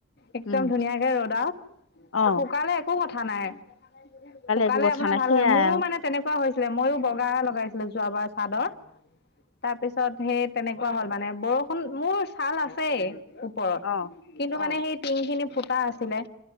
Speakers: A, on the left; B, on the left.
A: একদম
B: উম।
A: ধুনীয়াকে ৰ'দাওক
B: অ
A: শুকালে একো কথা নাই। শুকালে
B: একো কথা
A: আপোনাৰ
B: নাই
A: ভাল
B: সেইয়াই
A: হয় মোৰো
B: আৰু
A: মানে তেনেকুৱা ছিল ময়ো বগা লগাইছিলো যোৱাবাৰ চাদৰ তাৰ পিছত সেই তেনেকুৱা হ'ল মানে বৰষুণ মোৰ ছাল আছেই ওপৰত
B: অ
A: কিন্তু মানে
B: অ
A: সেই টিং খিনি ফুটা আছিলে